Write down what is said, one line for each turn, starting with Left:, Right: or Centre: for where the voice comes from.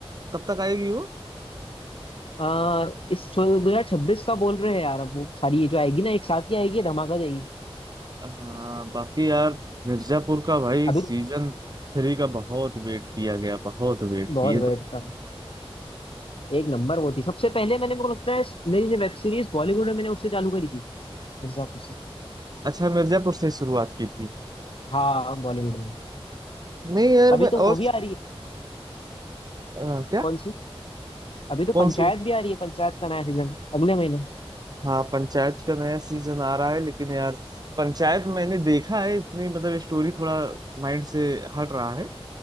Right: कब तक आएगी वो
Left: आ, इस दो हजार छब्बीस का बोल रहे हैं यार अब वो सारी ये जो आएगी ना एक साथ ही आएगी धमाका देगी
Right: हाँ बाकी यार मिर्जापुर का भाई
Left: अभी
Right: सीजन थ्री का बहुत वेट किया गया बहुत वेट किए
Left: बहुत वेट कर एक नंबर वो थी सबसे पहले मैंने मेरे को लगता है मेरी जो वेब सीरीज बॉलीवुड में मैंने उससे चालू करी थी मिर्जापुर से
Right: अच्छा मिर्जापुर से शुरुआत की थी
Left: हाँ बॉलीवुड में
Right: नहीं यार
Left: अभी
Right: मैं
Left: तो वो
Right: और
Left: भी आ रही है
Right: अ, क्या
Left: कौन सी अभी तो
Right: कौन
Left: पंचायत
Right: सी
Left: भी आ रही है पंचायत का नया सीजन अगले महीने
Right: हाँ पंचायत का नया सीजन आ रहा है लेकिन यार पंचायत मैंने देखा है इतनी मतलब स्टोरी थोड़ा माइंड से हट रहा है